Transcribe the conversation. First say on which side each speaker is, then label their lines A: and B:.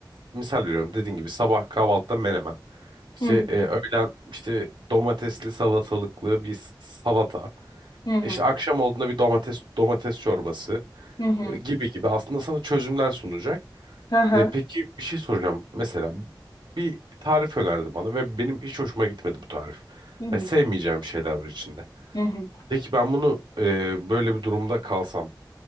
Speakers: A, on the right; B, on the left.
A: misal veriyorum dediğin gibi sabah kahvaltıda menemen. İşte
B: hı
A: e, öğlen işte domatesli salatalıklı bir s- salata.
B: hı hı
A: İşte
B: hı
A: akşam olduğunda bir domates domates çorbası
B: Hı hı.
A: e, gibi gibi aslında sana çözümler sunacak.
B: hı hı
A: E, peki bir şey soracağım. Mesela bir tarif önerdi bana ve benim hiç hoşuma gitmedi bu tarif.
B: hı hı.
A: Yani sevmeyeceğim şeyler var içinde.
B: hı.
A: Peki ben bunu e, böyle bir durumda kalsam